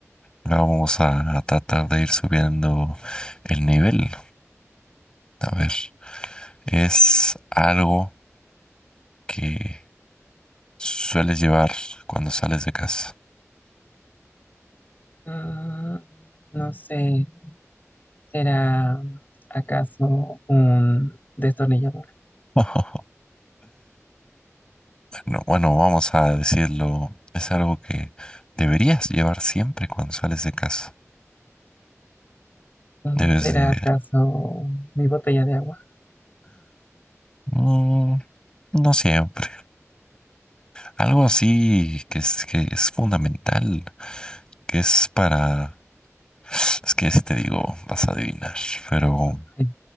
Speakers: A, on the left; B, on the left.
A: Ahora vamos a, a tratar de ir subiendo el nivel. A ver, es algo que sueles llevar cuando sales de casa.
B: Mm, no sé, ¿será acaso un destornillador?
A: <laughs> No, bueno, vamos a decirlo, es algo que deberías llevar siempre cuando sales de casa.
B: Mm,
A: Debes
B: ¿Será
A: de
B: acaso mi botella de agua?
A: Mm, no siempre. Algo así que es, que es fundamental, que es para... Es que si te digo, vas a adivinar, pero
B: No, Ay,